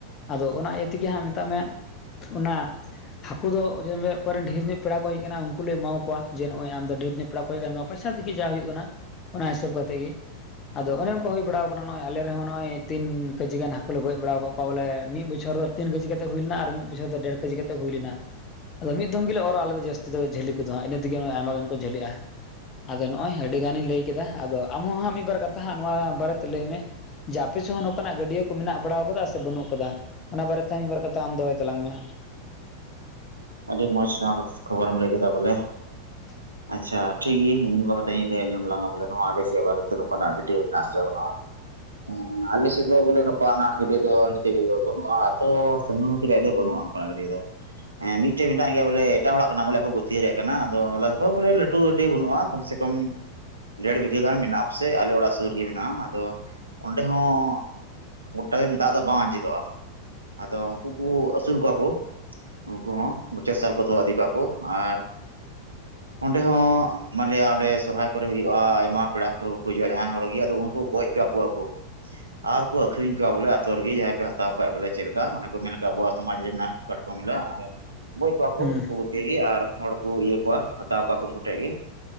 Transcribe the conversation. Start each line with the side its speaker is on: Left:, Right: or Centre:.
Left: ᱟᱫᱚ ᱚᱱᱟ ᱤᱭᱟᱹ ᱛᱮᱜᱮ ᱦᱟᱸᱜ ᱢᱮᱛᱟᱜ ᱢᱮ ᱚᱱᱟ ᱦᱟᱹᱠᱩ ᱫᱚ ᱡᱮ ᱚᱠᱚᱭ ᱨᱮᱱ ᱰᱷᱮᱨ ᱧᱚᱜ ᱯᱮᱲᱟ ᱠᱚ ᱦᱮᱡ ᱟᱠᱟᱱᱟ ᱩᱱᱠᱩ ᱞᱮ ᱮᱢᱟᱣ ᱠᱚᱣᱟ ᱡᱮ ᱱᱚᱜᱼᱚᱭ ᱟᱢᱫᱚ ᱰᱷᱮᱨ ᱧᱚᱜ ᱯᱮᱲᱟ ᱠᱚ ᱦᱮᱡ ᱟᱠᱟᱱ ᱛᱟᱢᱟ ᱯᱚᱭᱥᱟ ᱛᱮᱜᱮ ᱡᱟᱣ ᱦᱩᱭᱩᱜ ᱠᱟᱱᱟ ᱚᱱᱟ ᱦᱤᱥᱟᱹᱵᱽ ᱠᱟᱛᱮᱜ ᱜᱮ ᱟᱫᱚ ᱚᱱᱮ ᱚᱱᱠᱟ ᱦᱩᱭ ᱵᱟᱲᱟᱣ ᱟᱠᱟᱱᱟ ᱱᱚᱜᱼᱚᱭ ᱟᱞᱮ ᱨᱮᱦᱚᱸ ᱱᱚᱜᱼᱚᱭ ᱛᱤᱱ ᱠᱮᱡᱤ ᱜᱟᱱ ᱦᱟᱹᱠᱩ ᱞᱮ ᱜᱚᱡ ᱵᱟᱲᱟᱣ ᱟᱠᱟᱫ ᱠᱚᱣᱟ ᱵᱚᱞᱮ ᱢᱤᱫ ᱵᱚᱪᱷᱚᱨ ᱫᱚ ᱛᱤᱱ ᱠᱮᱡᱤ ᱠᱟᱛᱮ ᱦᱩᱭ ᱞᱮᱱᱟ ᱟᱨ ᱢᱤᱫ ᱯᱚᱭᱪᱟ ᱫᱚ ᱰᱮᱲ ᱠᱮᱡᱤ ᱠᱟᱛᱮᱜ ᱦᱩᱭ ᱞᱮᱱᱟ᱾ ᱟᱫᱚ ᱢᱤᱫ ᱫᱷᱚᱢ ᱜᱮᱞᱮᱚᱨᱼᱟ ᱟᱞᱮ ᱫᱚ ᱡᱟᱹᱛᱤ ᱫᱚ ᱡᱷᱟᱹᱞᱤ ᱠᱚᱫᱚᱦᱟᱸ ᱤᱱᱟᱹᱜᱮ ᱟᱭᱢᱟ ᱜᱟᱱ ᱡᱷᱟᱹᱞᱤᱜᱼᱟ ᱟᱫᱚ ᱱᱚᱜᱼᱚᱭ ᱟᱹᱰᱤ ᱜᱟᱱᱤᱧ ᱞᱟᱹᱭ ᱠᱮᱫᱟ ᱟᱫᱚ ᱟᱢᱦᱚᱸ ᱦᱟᱸᱜ ᱢᱤᱫᱵᱟᱨ ᱠᱟᱛᱷᱟ ᱦᱟᱸᱜ ᱱᱚᱣᱟ ᱵᱟᱨᱮᱛᱮ ᱞᱟᱹᱭ ᱢᱮ ᱡᱮ ᱟᱯᱮᱮᱥ ᱦᱚᱸ ᱱᱚᱝᱠᱟᱱᱟᱜ ᱜᱟᱹᱰᱭᱟᱹ ᱠᱚ ᱢᱮᱱᱟᱜ ᱵᱟᱲᱟ ᱟᱠᱟᱫᱟ ᱥᱮ ᱵᱟᱹᱱᱩᱜ ᱟᱠᱟᱫᱟ ᱚᱱᱟ ᱵᱟᱨᱮ ᱛᱟᱦᱮ ᱢᱤᱫᱤ ᱵᱟᱨ ᱠᱟᱛᱷᱟ ᱟᱢ ᱫᱚᱦᱚᱭ ᱛᱟᱞᱟᱝ ᱢᱮ
Right: ᱟᱹᱰᱤ ᱢᱚᱸᱡᱽ ᱱᱚᱣᱟ ᱠᱷᱚᱵᱚᱨᱮᱢ ᱞᱟᱹᱭ ᱠᱮᱫᱟ ᱵᱚᱞᱮ
Left: <inaudible>
Right: ᱟᱪᱪᱷᱟ ᱴᱷᱤᱠᱜᱮ ᱤᱧ ᱵᱟ ᱠᱟᱛ ᱤᱧ ᱞᱟᱹᱭ ᱟᱸᱡᱚᱢ ᱞᱝᱟ ᱵᱚᱞᱮ ᱱᱚᱣᱟ ᱟᱞᱮᱥ ᱥᱮ ᱵᱟᱨ ᱨᱮ ᱱᱚᱝᱠᱟᱱᱟᱜ ᱜᱟᱹᱰᱤᱥᱟᱹ ᱦᱮᱸ ᱟᱞᱮ ᱥᱮᱫ ᱫᱚ ᱵᱚᱞᱮ ᱱᱚᱝᱠᱟ ᱜᱰᱤ ᱫᱚ ᱱᱤᱛ ᱫᱚ ᱵᱟᱹᱱᱩᱜᱼᱟᱛᱚ ᱥᱜᱩ ᱨᱮᱭᱟᱜ ᱫᱚ ᱵᱟᱹᱱᱩᱜᱼᱟ ᱠᱟᱱᱟᱜ ᱜᱟᱹᱰᱭᱟᱹ ᱫᱚ ᱦᱮᱸ ᱢᱤᱫᱴᱮᱡ ᱢᱮᱱᱟᱜ ᱜᱮᱭᱟ ᱵᱚᱞᱮ ᱮᱴᱟᱜ ᱦᱚᱲᱟᱜ ᱠᱟᱱᱟ ᱵᱚᱞᱮ ᱜᱟᱹᱛᱭᱟᱹᱨ ᱨᱮᱭᱟᱜ ᱠᱟᱱᱟ ᱞᱽ ᱵᱷᱟᱜᱽ ᱵᱚᱞᱮ ᱞᱟᱹᱴᱩ ᱜᱟᱹᱰᱤ ᱵᱟᱹᱱᱩᱜᱼᱟ ᱠᱚᱢ ᱥᱮ ᱠᱚᱢ ᱰᱮᱲ ᱵᱤᱜᱷᱟᱹ ᱜᱟᱱ ᱢᱮᱱᱟᱜᱼᱟ ᱥᱮ ᱟᱞᱮ ᱚᱲᱟᱜ ᱥᱩᱨ ᱨᱮᱜᱮ ᱢᱮᱱᱟᱜᱼᱟ ᱟᱫᱚ ᱚᱸᱰᱮ ᱦᱚᱸ ᱜᱚᱴᱟ ᱫᱤᱱ ᱫᱟᱜ ᱫᱚ ᱵᱟᱝ ᱟᱸᱡᱮᱫᱚᱜᱼᱟ ᱟᱫᱚ ᱩᱱᱠᱩ ᱠᱚ ᱟᱹᱥᱩᱞ ᱠᱚᱣᱟ ᱠᱚ ᱩᱱᱠᱩ ᱦᱚᱸ ᱵᱚᱪᱷᱚᱨ ᱥᱟᱞ ᱠᱚ ᱫᱚᱦᱚ ᱤᱫᱤ ᱠᱚᱣᱟ ᱠᱚ ᱟᱨ
Left: <unintelligible>
Right: ᱚᱸᱰᱮ ᱦᱚᱸ ᱢᱟᱱᱮᱭᱟ ᱚᱸᱰᱮ ᱥᱚᱨᱚᱦᱦᱟᱭ ᱠᱚᱨᱮ ᱦᱩᱭᱩᱜᱼᱟ ᱟᱭᱢᱟ ᱯᱮᱲᱟ ᱯ ᱠᱚ ᱦᱤᱡᱩᱜᱼᱟ ᱡᱟᱦᱟᱸᱭ ᱦᱚᱲᱚᱜᱮ ᱟᱫᱚ ᱩᱱᱠᱩ ᱜᱚᱡ ᱠᱚᱣᱟ ᱠᱚ ᱠᱚ ᱟᱨ ᱠᱚ ᱟᱹᱷᱨᱤᱧ ᱠᱚᱣᱟ ᱵᱚᱞᱮ ᱟ ᱟᱹᱛᱩᱳ ᱨᱮᱜᱮ ᱡᱟᱦᱟᱸᱭ ᱯᱮ ᱦᱟᱛᱟᱣ ᱠᱷᱟᱡ ᱵᱚᱞᱮ ᱪᱮᱫ ᱞᱮᱠᱟ ᱸᱮ ᱠᱚ ᱢᱮᱱ ᱟᱵᱚᱣᱟᱜ ᱥᱚᱢᱟ ᱨᱮ ᱢᱮᱱᱟᱜ ᱠᱟᱴ ᱠᱚᱣᱟᱚᱢ ᱟ ᱵᱳᱭ ᱠᱚᱲᱟ
Left: ᱦᱩᱸ
Right: ᱠᱚ ᱠᱮᱜ ᱜᱮ ᱟᱨ ᱦᱚᱲ ᱠᱚ ᱤᱭᱟᱹ ᱠᱚᱣᱟ ᱦᱟᱛᱟᱣ ᱠᱚᱣᱟ ᱩᱱᱠᱩ ᱴᱷᱮᱱ ᱜᱮ